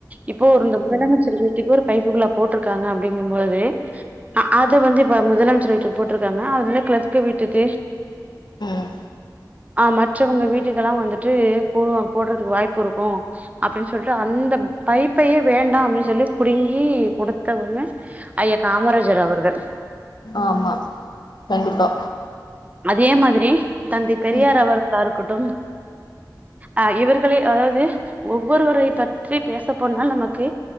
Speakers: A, on the right; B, on the left.
A: இப்போ ஒரு இந்த முதலமைச்சர் வீட்டுக்கு ஒரு பைப்பு குழா போட்ருக்காங்க அப்டிங்கும் போது அ அத வந்து இப்ப முதலமைச்சர் வீட்டுக்கு போட்ருக்காங்க அதுல கிளர்க் வீட்டுக்கு
B: ம்
A: ஆ மற்றவங்க வீட்டுக்கெல்லா வந்துட்டு போடுவாங் போட்றதுக்கு வாய்ப்பு இருக்கு அப்டின்னு சொல்லிட்டு அந்த பைப்பயே வேண்டா அப்டின்னு சொல்லி புடுங்கி கொடுத்தவங்க ஐயா காமராஜர் அவர்கள்
B: ஆமா கண்டிப்பா
A: அதே மாதிரி தந்தை பெரியார்
B: ம்
A: அவர்களா இருக்கட்டு அ இவர்களே அதாவது ஒவ்வொருவரை பற்றி பேசப்போனால் நமக்கு